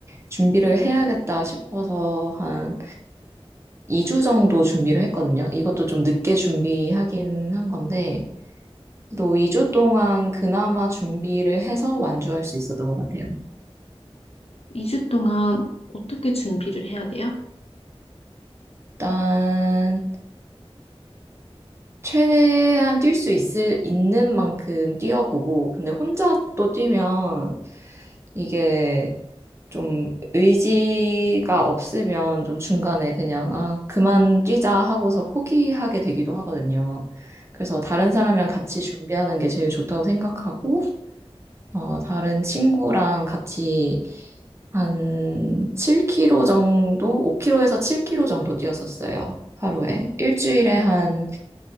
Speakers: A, on the right; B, on the left.
A: 준비를 해야겠다 싶어서 한 2주 정도 준비를 했거든요. 이것도 좀 늦게 준비하긴 한 건데, 그래도 2주 동안 그나마 준비를 해서 완주할 수 있었던 것 같아요.
B: 2주 동안 어떻게 준비를 해야 돼요?
A: 일단, 최대한 뛸 수 있을, 있는 만큼 뛰어보고, 근데 혼자 또 뛰면, 이게 좀 의지가 없으면 좀 중간에 그냥, 아, 그만 뛰자 하고서 포기하게 되기도 하거든요. 그래서 다른 사람이랑
B: 음.
A: 같이 준비하는 게 제일 좋다고 생각하고, 어, 다른 친구랑 같이 한 7km 정도, 5km에서 7km 정도 뛰었었어요. 하루에. 일주일에 한